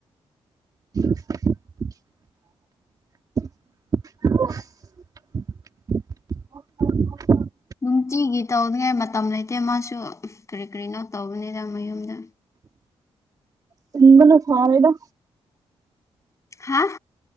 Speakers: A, on the right; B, on the left.
A: <unintelligible> <unintelligible>
B: ꯅꯨꯡꯇꯤꯒꯤ ꯇꯧꯅꯤꯉꯥꯏ ꯃꯇꯝ ꯂꯩꯇꯦ ꯃꯥꯁꯨ ꯀꯔꯤ ꯀꯔꯤꯅꯣ ꯇꯧꯕꯅꯤꯗ ꯃꯌꯨꯝꯗ
A: ꯆꯤꯟꯕꯅ ꯐꯔꯦꯗ
B: ꯍꯥꯥ